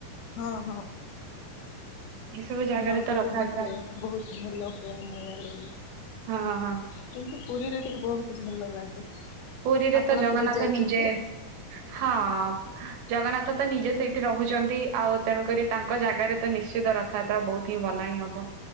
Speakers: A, on the left; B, on the right.
A: ହଁ ହଁ
B: ଏଇ ସବୁ ଜାଗାରେ
A: ଆମ ଏପଟେ
B: ତ ରଥଯାତ୍ରା
A: ବି ହୁଏ ବହୁତ ଭଲ। ସେ ଆମ ଇଆଡେ ବି
B: ହଁ ହଁ
A: କିନ୍ତୁ ପୁରୀରେ ଟିକେ ବହୁତ ଭଲ ଲାଗେ।
B: ପୁରୀରେ
A: ଆପଣ
B: ତ ଜଗନ୍ନାଥ
A: କେବେ ଯାଇଛନ୍ତି?
B: ନିଜେ ହଁ ଜଗନ୍ନାଥ ତ ନିଜେ ସେଇଠି ରହୁଛନ୍ତି ଆଉ ତେଣୁକରି ତାଙ୍କ ଜାଗାରେ ତ ନିଶ୍ଚିତ ର ଥ ଯାତ୍ରା ବହୁତ ହିଁ ଭଲ ହିଁ ହବ।